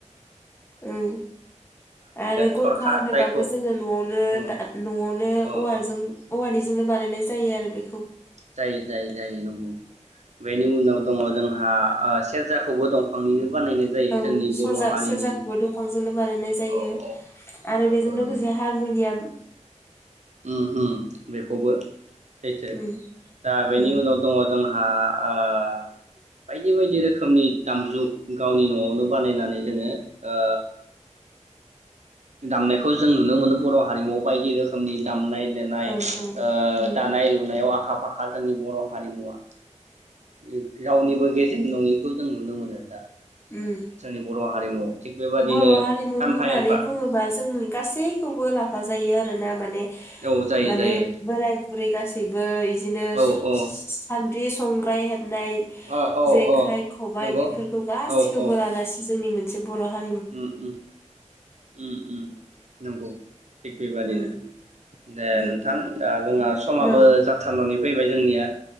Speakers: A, on the left; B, on the right.
A: ओं आरो गरखा
B: थरखा
A: होनोबाबो
B: जायखौ
A: जोङो नआवनो
B: उम
A: दा नआवनो
B: अ
A: औवाजों
B: अ
A: औवानि जोंनो बानायनाय जायो आरो बे
B: जायो जायो जायो नंगौ बेनि उनाव दङ जोंहा ओ सेरजाखौबो दंफांनिनो बानायनाय जायो
A: औ
B: जोंनि
A: सरजा
B: बर' हारिनि
A: सेरजाखौबो दंफांजोंनो बानायनाय जायो
B: औ औ
A: आरो
B: नंगौ
A: बेजों लोगोसे
B: नंगौ
A: हारमुनियाम
B: उम होम बेखौबो सैथो
A: उम
B: दा बेनि
A: उम
B: उनाव दङ जों हा ओ बायदि बायदि रोखोमनि दामजु गावनि नआवनो बानायनानै जोङो ओ दामनायखौ जों नुनो मोनो बर हारिमुआव बायदि रोखोमनि दामनाय देनाय
A: औ औ उम
B: ओ दानाय लुनायाव आखा फाखा जोंनि बर हारिमुवा उम रावनिबो गे जेन नङिखौ जों नुनो मोनो दा
A: उम
B: जोंनि बर हारिमु थिग बेबादिनो
A: बर हारिमु
B: सानफा
A: होननानै
B: एनफा
A: बुङोबा जोंनि गासैखौबो ला फा जायो आरोना माने
B: औ जायो
A: माने
B: जायो
A: बोराय बुरै गासैबो बिदिनो <unintelligible>
B: औ औ
A: संग्राय हे बनाय
B: ओ औ
A: जेखाइ
B: औ
A: खबाय
B: नंगौ
A: बेफोरखौ गासिखौबो
B: औ औ
A: लानानैसो जोंनि मोनसे बर' हा
B: उम उम उम उम नंगौ। थिक बेबादिनो
A: उम
B: दे
A: उम
B: नोंथां दा दा जोङो समाबो
A: औ
B: जाथारनानै फै बाय जोंनिया।